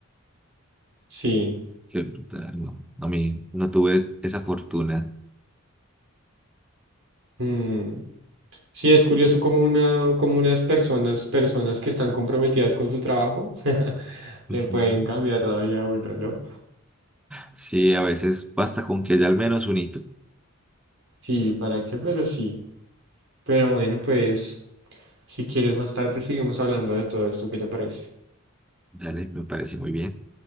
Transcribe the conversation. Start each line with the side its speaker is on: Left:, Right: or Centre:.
Right: Sí.
Centre: qué brutal, no. A mí no tuve esa fortuna.
Right: mm. Sí, es curioso como una, como unas personas, personas que están comprometidas con su trabajo, <laughs> le
Centre: Ujú.
Right: pueden cambiar la vida a uno, ¿no?
Centre: Sí, a veces basta con que haya al menos un hito.
Right: Sí, ¿para qué? Pero sí. Pero bueno, pues si quieres más tarde seguimos hablando de todo esto, ¿qué te parece?
Centre: Dale, me parece muy bien.